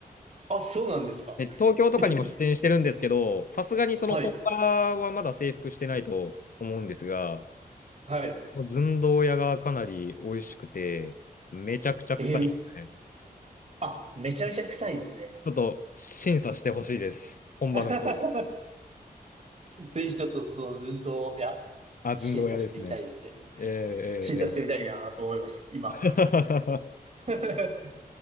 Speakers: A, on the right (about 40°); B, on the left (about 60°).
A: あ、そうなんですか。
B: え、東京とかにも出店してるんですけど、
A: <laughs>
B: さすがにその本場はまだ征服してないと思うんですが、
A: はい。はい。
B: この寸胴屋がかなり美味しくて、めちゃくちゃ臭いですね。
A: えー、あ、めちゃめちゃ臭いですね。
B: ちょっと審査してほしいです。本場の人に。
A: <laughs> ぜひちょっとその寸胴、いや、
B: あ、
A: 審査してみたいですね。
B: 寸胴屋ですね。えー、えー、
A: 審査してみたいなと思いました、
B: えー
A: 今。
B: <laughs>
A: <laughs>